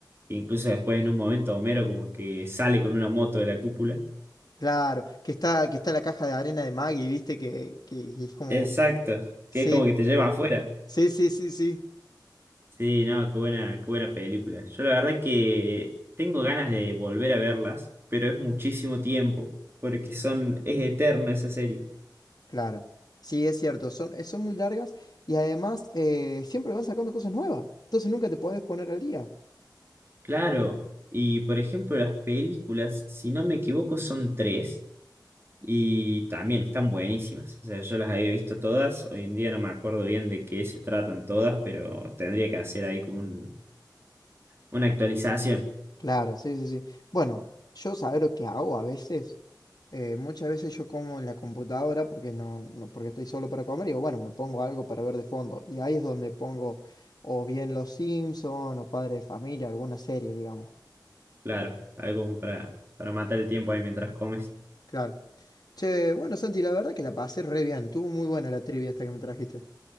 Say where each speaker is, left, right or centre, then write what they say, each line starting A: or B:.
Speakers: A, on the right (about 30°); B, on the left (about 55°).
A: que incluso después en un momento Homero como que sale con una moto de la cúpula.
B: Claro, que está, que está la caja de arena de Maggie, viste que, que que es como...
A: Exacto,
B: Sí,
A: que es como que te lleva afuera.
B: sí, sí, sí, sí.
A: Sí, no, qué buena, qué buena película. Yo la verdad que tengo ganas de volver a verlas, pero es muchísimo tiempo, porque son, es eterna esa serie.
B: Claro, sí, es cierto, son, eh, son muy largas y además eh, siempre van sacando cosas nuevas, entonces nunca te podés poner al día.
A: Claro, y por ejemplo las películas, si no me equivoco, son tres y también están buenísimas. O sea, yo las había visto todas, hoy en día no me acuerdo bien de qué se tratan todas, pero tendría que hacer ahí como un- una actualización,
B: Claro, sí, sí, sí. Bueno, yo saber lo que hago a veces, eh, muchas veces yo como en la computadora porque no, no- porque estoy solo para comer y digo, bueno, me pongo algo para ver de fondo y ahí es donde pongo o bien Los Simpson o Padre de Familia, alguna serie, digamos.
A: claro, algo como para, para matar el tiempo ahí mientras comes.
B: Claro. Che, bueno, Santi, la verdad que la pasé re bien, estuvo muy buena la trivia esta que me trajiste.